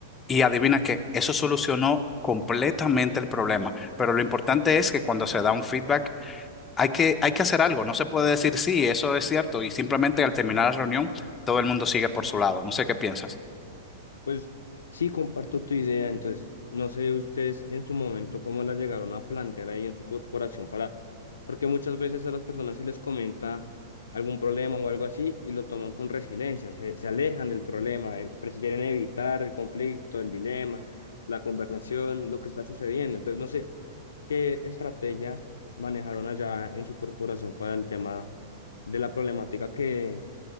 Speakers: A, on the left; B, on the left.
A: Y adivina que eso solucionó completamente el problema. Pero lo importante es que cuando se da un feedback hay que, hay que hacer algo. No se puede decir sí, eso es cierto y simplemente al terminar la reunión todo el mundo sigue por su lado. No sé qué piensas.
B: Pues sí, comparto tu idea, entonces, no sé ustedes en su momento cómo la llegaron a plantear ahí en su corporación para, porque muchas veces a las personas se les comenta algún problema o algo así y lo toman con resiliencia, se, se alejan del problema, eh, prefieren evitar el conflicto, el dilema, la conversación, lo que está sucediendo. Entonces, no sé qué estrategia manejaron allá en su corporación para el tema de la problemática que